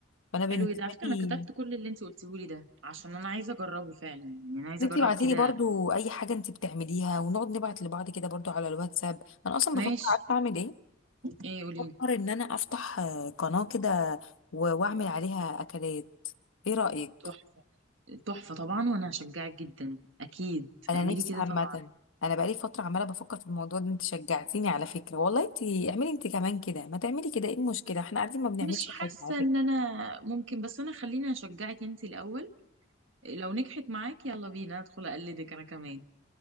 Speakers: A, on the left; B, on the right.
A: فانا بالنسبه
B: حلو جدا على فكرة
A: لي
B: انا كتبت كل اللي انت قلتيه لي ده عشان انا عايزة اجربه فعلا يعني انا عايزة
A: انتي
B: اجرب
A: ابعتي
B: كده
A: لي برضو اي حاجه انتي بتعمليها ونقعد نبعت لبعض كده برضو على الواتساب انا اصلا
B: ماشي
A: بفكر عارفه اعمل ايه
B: ايه قولي
A: بفكر ان انا افتح آه، قناه كده و- واعمل عليها اكلات ايه رايك
B: تحفة تحفة طبعا وانا هشجعك جدا اكيد
A: انا
B: اعملي
A: نفسي
B: كده
A: عامه
B: طبعا
A: انا بقالي فتره عماله بفكر في الموضوع ده انت شجعتيني على فكره والله انت اعملي انت كمان كده ما تعملي كده ايه المشكله احنا قاعدين ما بنعملش
B: مش حاسة
A: حاجه على فكره
B: ان انا ممكن بس انا خليني اشجعك انت الاول لو نجحت معاك يلا بينا ادخل اقلدك انا كمان